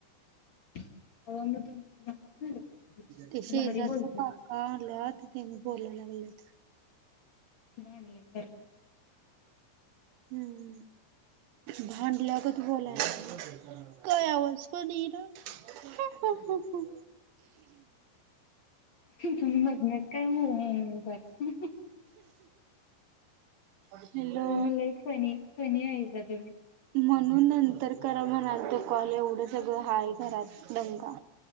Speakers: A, on the left (about 55°); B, on the right (about 75°).
A: <unintelligible> म्हणजे
B: ते शेजारीचा
A: भारी बोलतेत
B: काका
A: की
B: आला त त्यांनी बोलायला लागलेत.
A: भांडल्यासारखं
B: हम्म. भांडल्यागत बोलाय काय आवाज पणयेर. ह ह ह.
A: तुम्ही मधनच काय हू हू हू करता.
B: हॅलो.
A: तुम्ही लई फणी फणी आहेसा तुम्ही.
B: म्हणून नंतर करा म्हणालते कॉल एवढं सगळं हाय घरात दंगा.